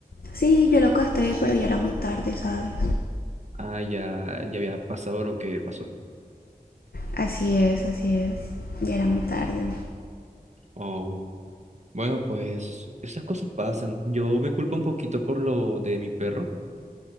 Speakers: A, on the left; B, on the right.
A: Sí, yo lo castré, pero ya era muy tarde, ¿sabes?
B: Ah, ya, ya había pasado lo que pasó.
A: Así es, así es. Ya era muy tarde.
B: Oh. Bueno, pues esas cosas pasan. Yo me culpo un poquito por lo de mi perro,